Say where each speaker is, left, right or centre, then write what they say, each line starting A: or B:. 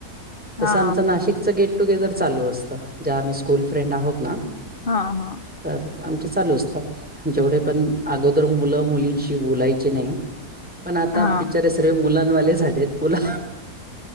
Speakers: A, in the centre; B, on the left.
A: तसं
B: हा
A: आमचं नाशिकच गेट टुगेदर चालू असतं, ज्या आम्ही स्कूल फ्रेंड आहोत ना.
B: हा हा.
A: तर आमचे चालू असत, जेवढे पण अगोदर मुलं मुलींशी बोलायचे नाही. पण आता
B: हा हा
A: बिचारे सर्व मुलांनवाले झालेत बोला.